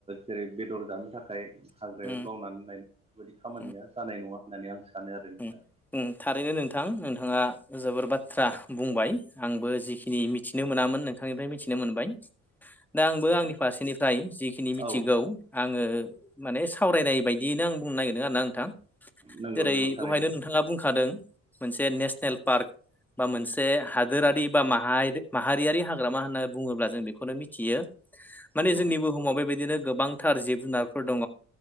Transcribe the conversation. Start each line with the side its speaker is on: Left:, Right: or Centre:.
Right: जेरै- बेदर जानो थाखाय हाग्रायाव
Centre: उम
Right: गावनानै लायनो बेफोरबायदि खामानिया
Centre: उम
Right: जानाय नङा होननानै आं सानो आरो नोंथां।
Centre: उम उम थारैनो नोंथां नोंथाङा जोबोर बाथ्रा बुंबाय आंबो जिखिनि मिथिनो मोनामोन नों थांनिफ्राय मिथिनो मोनबाय दा आंबो आंनि फारसेनिफ्राय जिखिनि मिथिगौ
Right: औ
Centre: आङो माने सावरायनाय बायदियैनो आं बुंनो नागिरदों आरो ना नोंथां
Right: नंगौ
Centre: जेरै-
Right: नंगौ थारैनो
Centre: दहायनो नोंथाङा बुंखादों मोनसे नेसनेल पार्क बा मोनसे हादोरारि बा माहा-माहारियारि हाग्रामा होननानै बुङोब्ला जों बेखौनो मिथियो माने
Right: नंगौ
Centre: जोंनि बुहुमाव बेबायदिनो गोबां थार जिब जुनारफोर दङ